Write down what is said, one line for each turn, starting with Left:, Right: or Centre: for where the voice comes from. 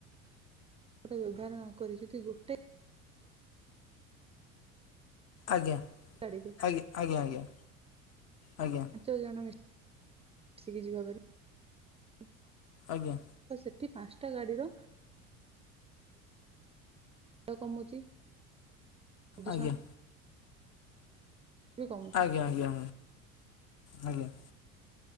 Right: ଗୋଟେ ବ୍ୟବହାର ନ କରି ଯଦି ଗୋଟେ
Left: ଆଜ୍ଞା।
Right: ଗାଡିରେ
Left: ଆଜ୍ଞା ଆଜ୍ଞା ଆଜ୍ଞା। ଆଜ୍ଞା
Right: ପାଞ୍ଚ ଜଣ ମିଶ ମିଶିକି ଯିବା ଭାରି। <inaudible>
Left: ଆଜ୍ଞା
Right: ତ ସେ ଏ ପାଞ୍ଚଟା ଗାଡିର ଦେ କମୁଛି ପ୍ରଦୂଷଣ
Left: ଆଜ୍ଞା।
Right: ବି କମୁଛି
Left: ଆଜ୍ଞା ଆଜ୍ଞା। ଆଜ୍ଞା।